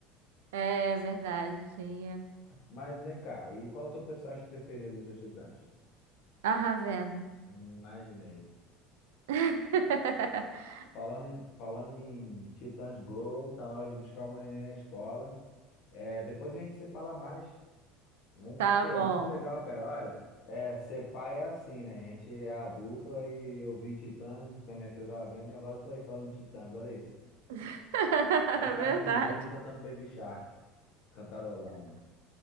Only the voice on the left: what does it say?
Mas vem cá, e qual o teu personagem preferido dos Titãs?
Hum, Imaginei.
Falando em, falando em Titãs Go, tá na hora de buscar o neném na escola. É, depois a gente se fala mais. Vamos-
Pô,
muito legal, cara. Olha, é, ser pai é assim, né? A gente é adulto, aí eu vi Titãs, porque a minha filha tava vendo, e agora eu tô aí falando de Titãs, olha isso.
Igual
tá
dirigindo e cantando Baby Shark, cantarolando.